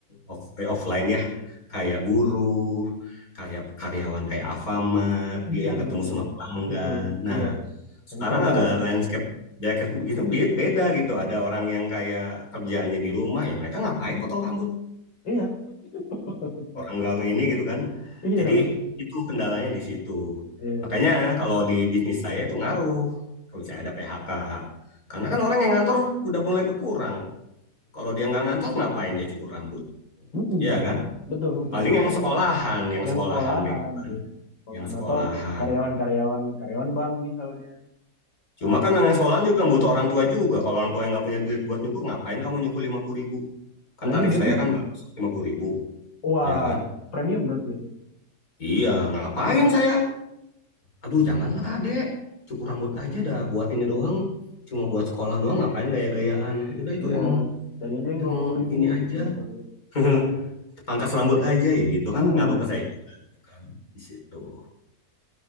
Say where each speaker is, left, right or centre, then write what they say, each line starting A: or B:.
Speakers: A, on the left; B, on the left.
A: off- eh, offline ya, kayak buruh, kayak karyawan kayak Alfamart,
B: Iya
A: dia yang ketemu
B: betul,
A: sama pelanggan.
B: betul.
A: Nah,
B: Iya, yang
A: Sekarang
B: frontliner.
A: agak landscape ya kayak gitu be- beda gitu. Ada orang yang kayak kerjaannya di rumah ya mereka ngapain potong rambut
B: Iya. <laughs>
A: orang nggak ini gitu kan.
B: Iya,
A: Jadi itu kendalanya di situ.
B: iya.
A: Makanya kalau di bisnis saya itu ngaruh. Kalau misalnya ada PHK, karena kan orang yang ngantor udah mulai berkurang. Kalau dia nggak ngantor ngapain dia cukur rambut?
B: Mm-mm.
A: Ya kan?
B: Betul, betul.
A: Paling yang sekolahan, yang
B: Yang
A: sekolahan
B: sekolahan,
A: kayak gitu kan.
B: iya. Sekolahan
A: Yang sekolahan.
B: atau karyawan-karyawan, karyawan bank misalnya.
A: Cuma
B: Eh,
A: kan yang sekolahan juga butuh orang tua juga. Kalau orang tua yang nggak punya duit buat nyukur, ngapain kamu nyukur 50 ribu? Kan
B: nanti
A: tarif
B: dia
A: saya kan baru 50 ribu.
B: Wah,
A: Ya kan?
B: premium berarti ya?
A: Iya, ngapain
B: Hmm,
A: saya? Aduh, janganlah, Dek. Cukur rambut aja dah, buat ini doang. Cuma buat sekolah doang, ngapain gaya-gayaan? Udah itu
B: iya.
A: yang
B: Cari aja yang
A: yang
B: dua puluh ribu
A: ini aja.
B: gitu misalnya.
A: <laughs> Pangkas rambut aja ya gitu
B: Hmm,
A: kan ngaruh ke saya juga kan di situ.